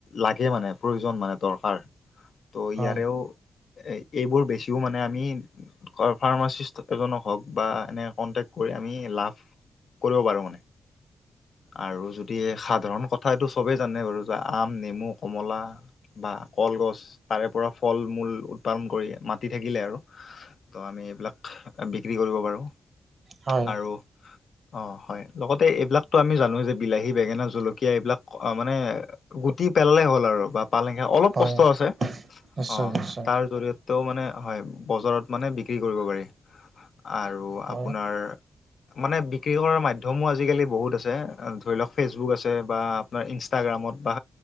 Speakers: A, on the left; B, on the right.
A: লাগে মানে প্ৰয়োজন মানে দৰকাৰ। তো ইয়াৰেও
B: হয়
A: এইবোৰ বেছিও মানে আমি। ফাৰ্মাচিষ্ট এজনক হওক বা এনে কনটেক্ কৰি আমি লাভ। কৰিব পাৰো মানে। আৰু যদি সাধাৰণ কথা এইটো চবেই জানে বাৰু যে আম নেমু কমলা। বা কলগছ তাৰে পৰা ফল মূল উৎপাদন কৰি মাতি থাকিলে আৰু। তো আমি এইবিলাক বিক্ৰী কৰিব পাৰোঁ
B: হয়
A: আৰু। অ হয় লগতে এইবিলাকতো আমি জানো যে বিলাহী বেঙেনা জলকীয়া এইবিলাক। অ মানে গুটি পেলে হ'ল আৰু বা পালেং খা অলপ।
B: হয়
A: কষ্ট আছে
B: নিশ্চয়
A: অঁ
B: নিশ্চয়
A: তাৰ জৰিয়তে। ত মানে হয় বজাৰত মানে বিক্ৰী কৰিব পাৰি আৰু
B: হয়
A: আপোনাৰ। মানে বিক্ৰী কৰাৰ মাধ্্যমো আজিকালি বহুত আছে ধৰি লওক ফেচবুক আছে বা। আপোনাৰ ইনষ্টাগ্ৰামত বা